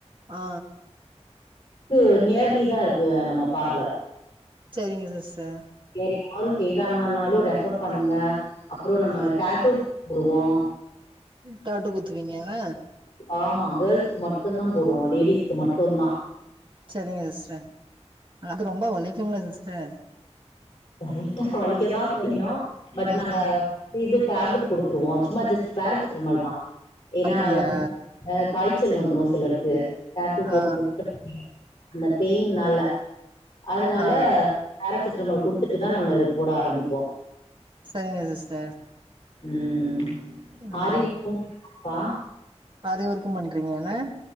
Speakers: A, on the right (about 45°); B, on the left (about 40°).
A: ஆ
B: கு நியர்லி தா இருக்கு, நம்ம பார்லர்.
A: சேரிங்க சிஸ்டர்
B: வேற யாரும் கேட்டாங்கன்னாலும் ரெஃபர் பண்ணுங்க. அப்றோம் நம்ம
A: ஆ
B: டாட்டூ போடுவோம்.
A: டாட்டூ குத்துவிங்களா.
B: ஆமா கேர்ள்ஸுக்கு மட்டும்தா போடுவோ லேடிஸ்க்கு மட்டும்தா
A: சரிங்க சிஸ்டர், அது ரொம்ப வலிக்கும்ல சிஸ்டர்.
B: லைட்டா வலிக்க தா செய்யும், பட்
A: ம்
B: நாங்க இது டேப்லெட் குடுத்துருவோ. சும்மா ஜஸ்ட் பேராசிட்டமல் தா ஏன்னா
A: அப்டியா
B: அது அ காய்ச்சல் வந்துரும் சிலருக்கு டாட்டூ போட்டு
A: ஆ
B: முடிச்ச அந்த பெயின்னால அதனால
A: ஆ
B: பேரசிட்டமல் குடுத்துட்டு தா நாங்க அது போட ஆரம்பிப்போ
A: சேரிங்க சிஸ்டர்
B: ம் ம்
A: ம்
B: ஆரி ஒர்க்கும் இருக்குப்பா
A: ஆரி ஒர்க்கும் பண்றீங்களான